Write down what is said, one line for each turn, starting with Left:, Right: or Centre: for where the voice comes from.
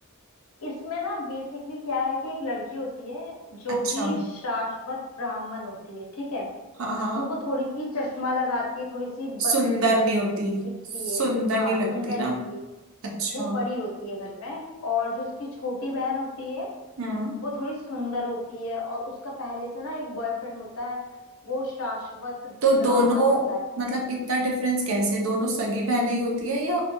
Left: इसमें ना बेसिकली क्या है कि एक लड़की होती है जो
Right: अच्छा
Left: कि शाश्वत ब्राह्मण होती है ठीक है
Right: हाँ हाँ
Left: तो वो थोड़ी सी चश्मा लगाती है थोड़ी सी बदसूरत
Right: सुंदर नहीं होती
Left: दिखती
Right: सुंदर
Left: है हाँ
Right: नहीं लगती
Left: सुंदर
Right: ना
Left: नहीं होती
Right: अच्छा
Left: वो बड़ी होती है घर में और जो उसकी छोटी बहन होती है
Right: हम्म
Left: वो थोड़ी सुंदर होती है और उसका पहले से ना एक बॉयफ्रेंड होता है वो शाश्वत ब्राह्मण
Right: तो दोनों
Left: होता है
Right: मतलब इतना डिफरेंस कैसे दोनों सगी बहनें ही होती है या